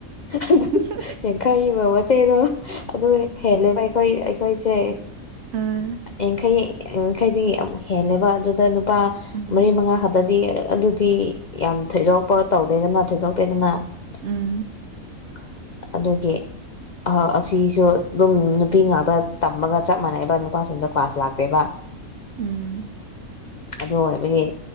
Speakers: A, on the left; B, on the right.
A: ꯑꯗꯨ
B: ꯑꯦ
A: ꯌꯥꯡꯈꯩꯕ ꯃꯆ ꯆꯩꯗꯣ ꯑꯗꯨ ꯍꯦꯂꯕ ꯑꯩꯈꯣꯏ ꯑꯩꯈꯣꯏꯁꯦ
B: ꯎꯝ
A: ꯌꯥꯡꯈꯩ ꯌꯥꯡꯈꯩꯗꯤ ꯑꯃꯛ ꯍꯦꯜꯂꯦꯕ ꯑꯗꯨꯗ ꯅꯨꯄꯥ
B: ꯎꯝ
A: ꯃꯔꯤ ꯃꯉꯥ ꯈꯛꯇ ꯍꯥꯏꯗꯤ ꯑꯗꯨꯗꯤ ꯌꯥꯝ ꯊꯣꯏꯗꯣꯛꯄ ꯇꯧꯗꯦꯗꯅ ꯊꯣꯏꯗꯣꯛꯇꯦꯗꯅ
B: ꯎꯝ
A: <unintelligible> ꯑꯗꯨꯒꯤ ꯑꯁꯤꯁꯨ ꯑꯗꯨꯝ ꯅꯨꯄꯤ ꯉꯥꯛꯇ ꯇꯝꯕꯒ ꯆꯞ ꯃꯥꯟꯅꯩꯅꯕ ꯅꯨꯄꯥꯁꯤꯡꯗꯣ ꯀ꯭ꯂꯥꯁ ꯂꯥꯛꯇꯦꯕ
B: ꯎꯝ
A: ꯑꯗꯨ ꯑꯣꯏꯕꯒꯤ